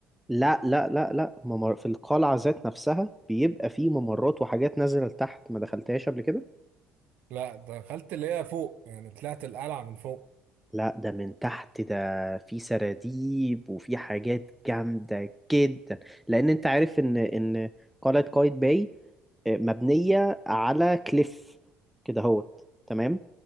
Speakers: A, in the centre; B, on the right.
A: لا لا لا لا ممر... في القلعة ذات نفسها بيبقى فيه ممرات وحاجات نازلة لتحت ما دخلتهاش قبل كده
B: لا دخلت اللي هي فوق يعني طلعت القلعه من فوق
A: لا ده من تحت ده في سراديب وفي حاجات جامدة جدا لأن أنت عارف إن إن قلعة قايتباي آه، مبنية على كليف كده هوت تمام